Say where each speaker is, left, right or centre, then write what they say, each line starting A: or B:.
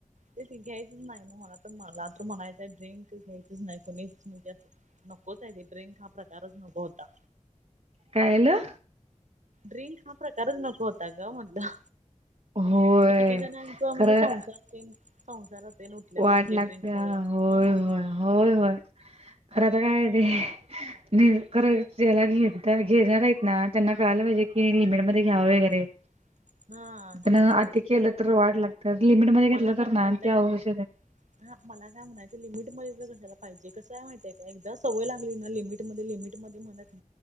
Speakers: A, on the right; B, on the right.
A: ते घ्यायच नाही ना मला तर मला तर म्हणायचंय ड्रिंक घ्यायच नाही कोणीच म्हणजे नकोच आहे ते ड्रिंक हा प्रकारच नको होता
B: काय झालं
A: ड्रिंक हा प्रकारच नको होता ग मधलं.
B: होय
A: म्हणजे किती जणांचा म्हणजे
B: खरं
A: संसार संसारात. ते उठल्यात
B: वाट
A: ना म्हणजे
B: लागत्या
A: ड्रिंक मु ह.
B: होय होय होय होय खरं आता काय आहे ते. नाही खरं त्याला घ घेणार आहेत ना त्यांना कळलं पाहिजे कि लिमिटमध्येध्ये घ्यावं वगैरे.
A: <inaudible> हा
B: पण
A: तेच
B: आती
A: की
B: केलं तर वाट लागत्या लिमिटमध्ये घेतलं
A: मला काय
B: तर
A: म्हणायचंय
B: ना ते अवश
A: हा मला काय म्हणायचं लिमिट मध्ये तर कशाला पाहिजे कसंय माहितीय का एकदा सवय लागली ना लिमिट मध्ये लिमिट मध्ये म्हणत